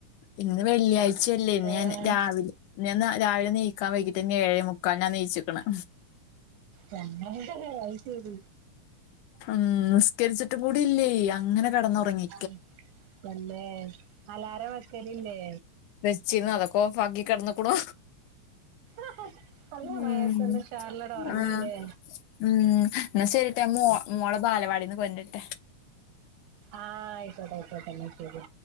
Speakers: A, on the left; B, on the right.
A: ഇന്ന് വെള്ളിയാഴ്ചയല്ലേ ഇന്ന്
B: ഏഹ്
A: ഞാൻ രാവിലെ ഞാൻ രാവിലെ നീക്കാൻ വൈകിട്ട് ഏഴേ മുക്കാലിനാണ് നീയിച്ചിക്കണ്
B: <unintelligible> അയ്ശെരി
A: ഉം നിസ്കരിച്ചിട്ട് കൂടി ഇല്ലേ അങ്ങനെ കെടന്നുറങ്ങി
B: ആ പിന്നെ അലാറം വക്കലില്ലേ
A: വെച്ചിരുന്ന് അതൊക്ക ഓഫാക്കി കെടന്നിക്കുണു
B: ആഹ് നല്ല
A: ഉം
B: മഴയത്തു ഉഷാറിലങ്ങാട് ഒറങ്ങില്ലേ
A: ആഹ് ഉം എന്നാ ശരിട്ടാ മോ മോളെ ബാലവാടിന്ന് കൊണ്ട് വരട്ടെ
B: ആഹ് ആയിക്കോട്ടെ ആയിക്കോട്ടെ എന്നാ ശരി